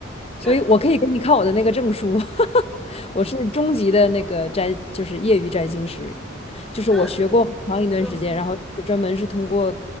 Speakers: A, on the left (about 30°); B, in the centre.
A: 所以我可以给你看我的那个证书，
B: 这
A: <laughs> 我是中级的那个占，就是业余占星师，就是我学过很长一段时间，
B: 那嗯
A: 然后是专门是通过